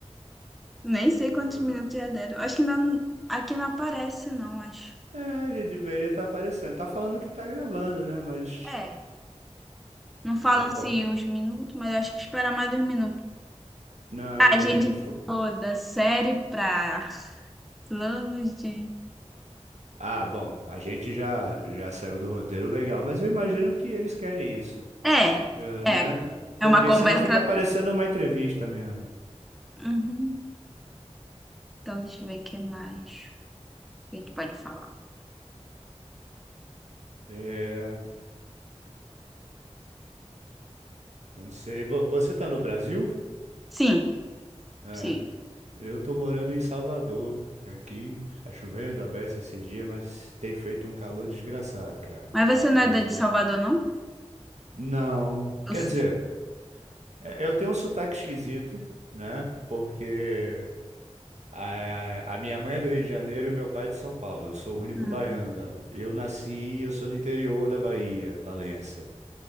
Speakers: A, in the centre; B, on the right (about 80°).
A: Nem sei
B: Hum.
A: quantos minutos já deram. Acho que ainda não- aqui não aparece, não, acho.
B: É, ele deveria estar aparecendo. Tá falando que tá gravando, né? Mas.
A: É. Não falam
B: Bom,
A: assim
B: qual.
A: os minutos, mas acho que espera mais dois minutos.
B: Não,
A: A
B: tem
A: gente
B: a info.
A: pulou da série para planos de.
B: Ah, bom, a gente já já saiu do roteiro legal, mas eu imagino que eles querem isso,
A: É,
B: eh, né?
A: é, é
B: Porque
A: uma conversa.
B: senão fica parecendo uma entrevista mesmo.
A: Uhum. Então, deixa eu ver o que mais. O que a gente pode falar?
B: É, não sei, vo- você tá no Brasil?
A: Sim,
B: É,
A: sim.
B: eu tô morando em Salvador. Aqui tá chovendo a beça esses dias, mas tem feito um calor desgraçado, cara.
A: Mas você
B: É Uma
A: não
B: coisa.
A: é da de Salvador, não?
B: Não,
A: Eu
B: quer
A: sou.
B: dizer, é- eu tenho um sotaque esquisito, né? Porque A, a minha mãe é do Rio de Janeiro e o meu pai é de São Paulo. Eu sou o único
A: Hum,
B: baiano da Eu nasci, eu sou do interior da Bahia, Valença.